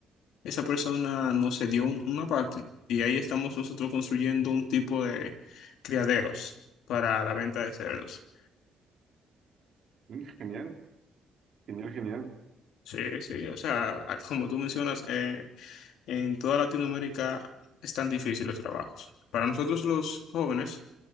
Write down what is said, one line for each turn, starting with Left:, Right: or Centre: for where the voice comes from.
Left: Esa persona nos cedió un- una parte y ahí estamos nosotros construyendo un tipo de criaderos para la venta de cerdos.
Right: mm, genial, genial, genial.
Left: Sí, sí, o sea, a- como tú mencionas, eh, en toda Latinoamérica están difíciles los trabajos. Para nosotros los jóvenes,